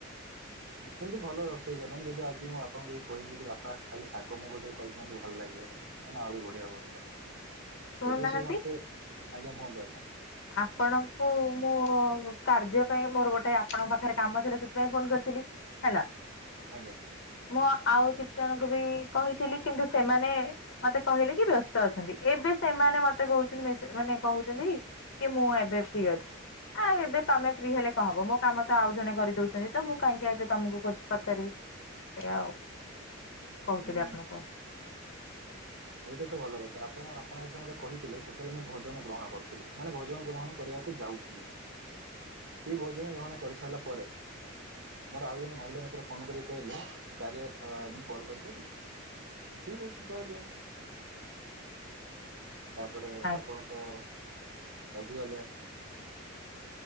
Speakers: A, on the left; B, on the right.
A: <inaudible>
B: କିନ୍ତୁ ଭଲ ରୋଷେଇ କର ଯଦି ଆଜି ମୁଁ ବାପାଙ୍କୁ ଟିକେ କିବି କି ବାପା ଖାଜି ଶାଗ ମୁଗ ଟିକେ କହିଦିଅନ୍ତୁ ଭଲ ଲାଗିବ। କାଇଁ ନା ଆହୁରି ବଢ଼ିଆ ହୁଅନିତା
A: ଶୁଣୁନାହାନ୍ତି
B: ଯଦି ସିଏ ମୋତେ ଆଜ୍ଞା କୁହନ୍ତୁ ଆଜ୍ଞା।
A: ଆପଣଙ୍କୁ <unintelligible> କାର୍ଯ୍ୟ ପାଇଁ ମୋର ଗୋଟେ ଆପଣଙ୍କ ପାଖରେ କାମ ଥିଲା ସେଥିପାଇଁ ଫୋନ କରିଥିଲି ହେଲା।
B: ଆଜ୍ଞା।
A: ମୁଁ ଆଉ କିଛି ଜଣଙ୍କୁ ବି କହିଥିଲି କିନ୍ତୁ ସେମାନେ ମତେ କହିଲେ କି ବ୍ୟସ୍ତ ଅଛନ୍ତି ଏବେ ସେମାନେ। ମାନେ ମତେ କହୁଛନ୍ତି ମାନେ କହୁଛନ୍ତି କି ମୁଁ ଏବେ ଫ୍ରି ଅଛି। ଆଁ ଏବେ ତମେ ଫ୍ରି ହେଲେ କଣ ହବ ମୋ କାମ ତ ଆଉ ଜଣେ କରିଦଉଛନ୍ତି ତ ମୁଁ କାହିଁକି ଏବେ ତମକୁ ପଚାରିବି ସେ ଆଉ କହୁଥିଲି
B: ଉଁ
A: ଆପଣ କଣ
B: ଏଇଟା ତ ଭଲ କଥା ଆପଣ ଆପଣ ଯେତେବେେ କହିଥିଲେ ସେ ତାହେଲେ ମୁଁ ଭୋଜନ ଗ୍ରହଣ କରୁଥିଲି ମାନେ ଭୋଜନ ଗ୍ରହଣ କରିବାକୁ ଯାଉଥିଲି। ଫି ଭୋଜନ ଗ୍ରହଣ କରିସାରିଲା ପରେ ମୋର ଆଉ ଜଣେ ମହଳା ମିତ୍ର ଫୋନ କରିକି କହିଲେ କାଳିଆ ମୁଁ କଲ୍ କରିପାରିବି? ଠିକ ଅଛି କରିଦିଅ। <unintelligible> ତାପର
A: ଆ
B: ଦ ରାଗି